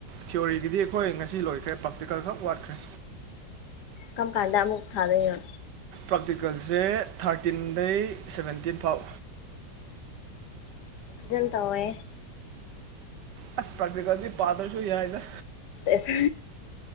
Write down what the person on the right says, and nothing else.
ꯊꯤꯑꯣꯔꯤꯒꯤꯗꯤ ꯑꯩꯈꯣꯏ ꯉꯁꯤ ꯂꯣꯏꯈ꯭ꯔꯦ ꯄ꯭ꯔꯥꯛꯇꯤꯀꯜ ꯈꯛ ꯋꯥꯠꯈ꯭ꯔꯦ
ꯄ꯭ꯔꯥꯛꯇꯤꯀꯜꯁꯦ ꯊꯥꯔꯇꯤꯟꯗꯩ ꯁꯕꯦꯟꯇꯤꯟ ꯐꯥꯎ
ꯑꯁ ꯄ꯭ꯔꯛꯇꯤꯀꯜꯗꯤ ꯄꯥꯗꯔ꯭ ꯁꯨ ꯌꯥꯏꯗ